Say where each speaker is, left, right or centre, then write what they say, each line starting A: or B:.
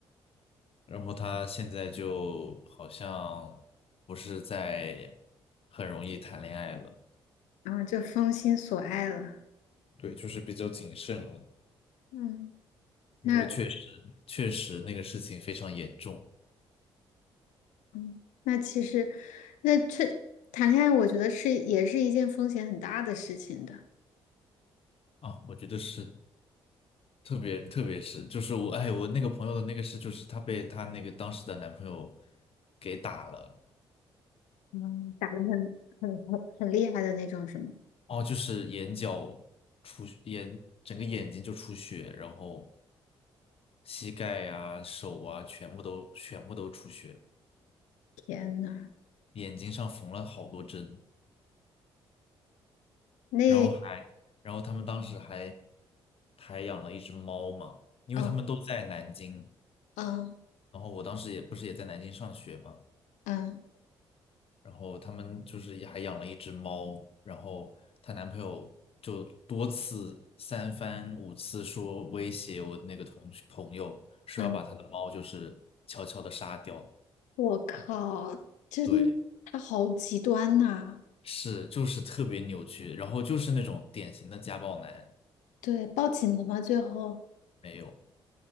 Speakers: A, on the left; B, on the left.
A: 然后他现在就好像不是在很容易谈恋爱了，
B: 然后就封心所爱了。
A: 对，就是比较谨慎了。
B: 嗯，那
A: 因为确实确实那个事情非常严重
B: 嗯那其实，那这谈恋爱，我觉得是也是一件风险很大的事情的。
A: 啊，我觉得是，特别特别是就是我哎我那个朋友的那个事，就是她被她那个当时的男朋友给打了，
B: 嗯，打得很很很很厉害的那种，什么？
A: 哦，就是眼角出眼整个眼睛就出血，然后膝盖啊、手啊全部都全部都出血，
B: 天呐，
A: 眼睛上缝了好多针，
B: 那，
A: 然后还然后他们当时还还养了一只猫嘛，因为他们都在南京。
B: 嗯嗯
A: 然后我当时也不是也在南京上学嘛，
B: 嗯
A: 然后他们就是也还养了一只猫，然后她男朋友就多次三番五次说威胁我的那个同学朋友，说要把他的猫就是悄悄的杀掉。
B: 嗯，我靠，真，
A: 对，
B: 他好极端呐、
A: 是就是特别扭曲，然后就是那种典型的家暴男，
B: 对，报警了吗？最后，
A: 没有，